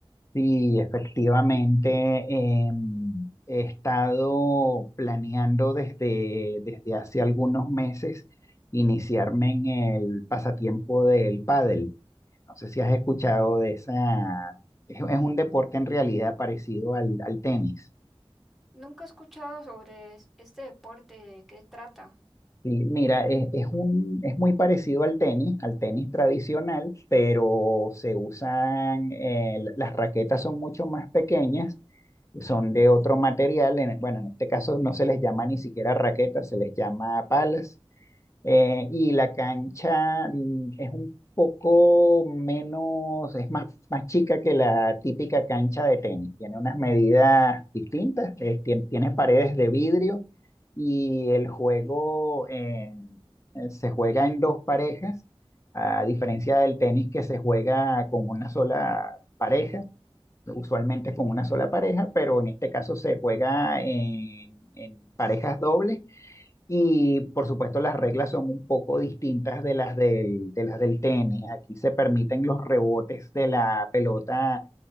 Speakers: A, on the left (about 30°); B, in the centre.
A: Sí, efectivamente, em, he estado planeando desde, desde hace algunos meses iniciarme en el pasatiempo del pádel. No sé si has escuchado de esa, es, es un deporte en realidad parecido al, al tenis.
B: Nunca he escuchado sobre es- este deporte, ¿de qué trata?
A: Sí, mira, es, es un, es muy parecido al tenis, al tenis tradicional, pero se usan, eh, las raquetas son mucho más pequeñas que son de otro material. en- bueno, en este caso no se les llama ni siquiera raquetas, se les llama palas. Eh, y la cancha mm, es un poco menos, es más, más chica que la típica cancha de tenis. Tiene unas medidas distintas, eh, tien- tiene paredes de vidrio y el juego eh, eh, se juega en dos parejas, a diferencia del tenis que se juega con una sola pareja usualmente con una sola pareja, pero en este caso se juega en, en parejas dobles y por supuesto las reglas son un poco distintas de las del, de las del tenis. Aquí se permiten los rebotes de la pelota